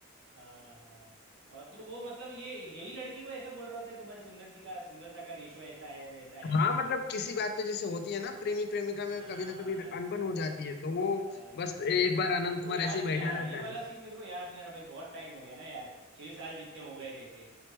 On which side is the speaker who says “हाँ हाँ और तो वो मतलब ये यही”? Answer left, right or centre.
Right